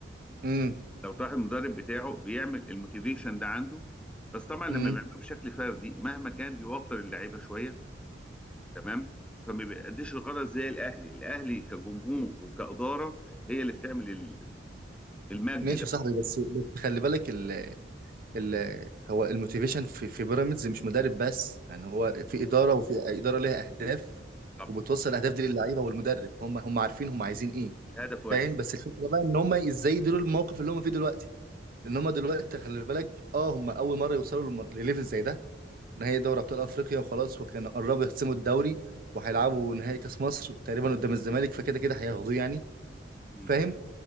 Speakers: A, on the right; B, in the centre.
A: امم
B: لو تلاحظ المدرب بتاعه بيعمل الموتيفيشن ده عنده بس طبعا لما
A: امم
B: بيعمله بشكل فردي مهما كان بيوتر اللعيبه شويه تمام فما بيأديش الغرض زي الاهلي الاهلي كجمهور وكاداره هي اللي بتعمل ال- المجد
A: ماشي
B: ده
A: يا صاحبي بس بس خلي بالك ال- هو الموتيفيشن في في بيراميدز مش مدرب بس يعني هو
B: مم.
A: في اداره وفي اداره ليها اهداف
B: طب
A: وبتوصل الاهداف دي للعيبه والمدرب هم هم عارفين هم عايزين ايه
B: الهدف واحد
A: فاهم بس الفكره بقى ان هم ازاي يديروا الموقف اللي هم فيه دلوقتي لان هم دلوقتي خلي بالك اه هم اول مره يوصلوا لم- لليفل زي ده نهائي دوري ابطال افريقيا وخلاص وكانوا قربوا يحسموا الدوري وهيلعبوا نهائي كاس مصر تقريبا قدام الزمالك فكده كده هياخدوه يعني
B: مم.
A: فاهم